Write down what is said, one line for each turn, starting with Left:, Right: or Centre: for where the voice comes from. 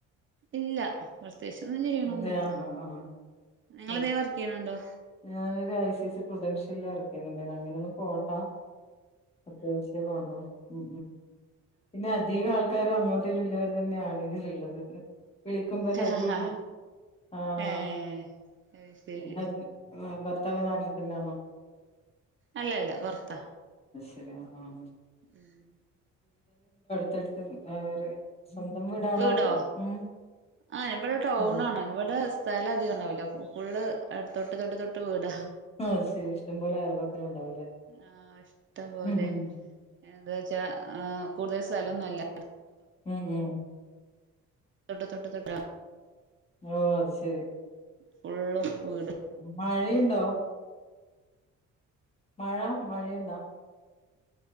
Right: ഇല്ല പ്രത്യേകിച്ചൊന്നും ചെയ്യണൊന്നുമല്ല
Left: അതെ ആഹ് ആഹ് ആഹ്
Right: നിങ്ങള
Left: അതെ.
Right: അതേ വർക്ക് ചെയ്യണണ്ടോ
Left: ഞാനൊരു ഐ സി സി പ്രതൻഷ്യല ഇറക്കിുന്നുില്ലേ അങ്ങനെയൊന്നും പോകണ്ട അത്യാവശ്യണ്ടോ ഉ പിന്നെ അധികം ആൾക്കാരും അങ്ങോട്ട് ട്ടുള്ളവർ തന്നെയാണ് ഇതിലുള്ളത് വിളിക്കുമ്പോൾ
Right: ആഹ്
Left: അധികം
Right: ആഹ് ആഹ്
Left: ആഹ
Right: ഏഹ് അത് ശരി
Left: പിെ ആ ഭർത്താവ് നാട്ടില് തന്നാണോ
Right: അല്ല അല്ല വറത്താ
Left: ഉ
Right: ഉം
Left: അത്തെടുത്ത് വേറെ സ്വന്തം വീടാണോ
Right: വീടോ
Left: ഉം
Right: ആഹ ഇവിടെ ടൗൺ
Left: അതെ
Right: ആാണ് ഇവിടെ സ്ഥലം അധികം ഉണ്ടാവില്ലോ ഫുള്ള് തൊട്ട് തൊട്ട് തൊട്ട് വീടാണ്
Left: ആ അത് ശെരി ഇഷ്ടംപ പോലെ ആൽബക്കലും ഉണ്ടാവല്ലേ
Right: ആഹ ഇഷ്ടംപലെ
Left: ഉം ഉം
Right: എന്താ വച്ചാ ആ കൂടുതൽ സ്ഥലംൊന്നുമല്ല
Left: ഉം ഉം
Right: തൊട്ട് തൊട്ട തൊട്ട
Left: ഓ അത് ശരി
Right: ഫുള്ളും വീട്
Left: മഴയ്ണ്ടോ മഴ മഴയ്ണ്ടാ